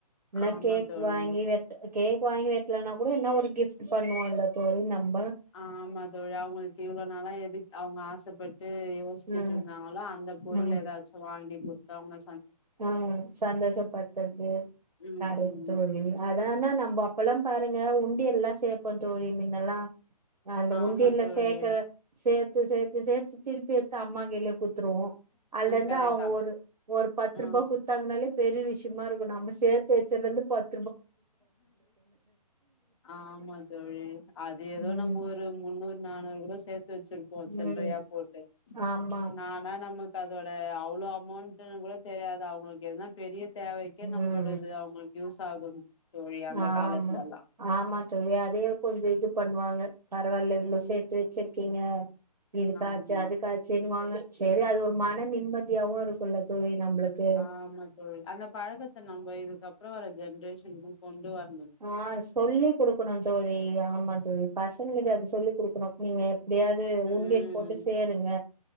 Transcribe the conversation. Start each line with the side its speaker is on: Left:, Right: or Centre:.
Right: ன்ன
Left: ஆமா
Right: கேக்
Left: தோழி
Right: வாங்கி வெட் கேக் வாங்கி வெட் ட்லன்னா கூட என்ன ஒரு கிஃப்ட் பண்ணுவோல தோழி நம்
Left: ஆ ஆமா தோழி அவுங்குளுக்கு இவ்ளோ நாளா எதுக் அவ்ங்க ஆசப்பட் ட்டு யோஸ்சிச்சுட்டு
Right: ம்
Left: இர்ந்தாங்களோ அந்த பொருள்
Right: ம்
Left: ஏதாச்சு வாங்கி குடுத்அவுங்க
Right: ஆ சந்தோஷ பட்தற்து
Left: ம்
Right: யாரு தோழி அதாஆனா நம்போ அப் அப்பலாம் பாருங்க உண்டியல்ல சேபோந் தோழி மின்னெல்லா அ அந்த
Left: ஆமா
Right: உண்டியெல்ல
Left: தோழி
Right: சேக்கற சேத்து சேத்து சேத்து திருப்பி எட்த்தா அம்மா கைல குத்துருவோ அதுலந்து
Left: கரெக்டா
Right: அவுங்க ஒரு ஒரு பத்
Left: ஆ
Right: த்தாங்னாலே பெரி விஷ்மாருக்கு நம்ப சேத்து வச்சதுலந்து பத்
Left: ஆமா தோழி அது ஏதோ
Right: ம்
Left: நம்ம ஒரு மு முண்னூற் நானூறு குட சேத்து வச்சிருப்போ சில்றையா
Right: ம்
Left: போட்டு
Right: ஆமா
Left: நானா நமக் அதோட அவ்ளோ அமொண்டுனு கூட தெரியாதா அவுங்குளுக் எதுனா பெரிய தேவைக்கே
Right: ம்
Left: நம்ளோட இது அவுங்ளுக் யூஸ் ஆகும் தோழி அந்த
Right: ஆமா
Left: காலத்துலல்லா
Right: ஆமா தோழி அதே கொஞ்ச இது பண்வாங்க பரவால்ல இவ்ளோ
Left: ம்
Right: சேத்து வச்சிருக்கீங்க இதுகாச்சி
Left: ஆமா
Right: அதுக்காச்சுன் வாங்க செரி அது ஒரு மன நிம்மதியாவுருக்குல்ல தோழி நம்பளுக்கு
Left: ஆமா தோழி அந்த பழக்கத்த நம்ப இதுக்கப்ற வர ஜென்ரேஷன் ம் கொண்டு வர்
Right: ஆ சொல்லி குடுக்குனு தோழி ஆம்மா தோழி பசங்களுக்கு அது சொல்லி குடுக்குனு நீங்க எப்டியாது
Left: ம்
Right: உண்டியல் போட்டு சேருங்க